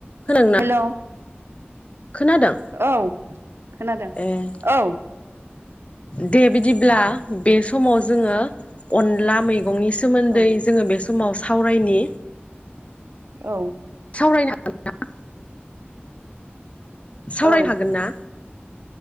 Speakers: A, on the left (about 30°); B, on the right (about 70°).
A: खोनादोंना?
B: हेल'
A: खोनादों
B: औ खोनादों
A: ए
B: औ।
A: दे बिदिब्ला बे समाव जोङो अनला मैगं गंनि सोमोनदै
B: औ
A: जोङो बेस नाव सावरायनि
B: औ
A: सावरायनो हागोन ना सावरायनो
B: औ
A: हागोन ना?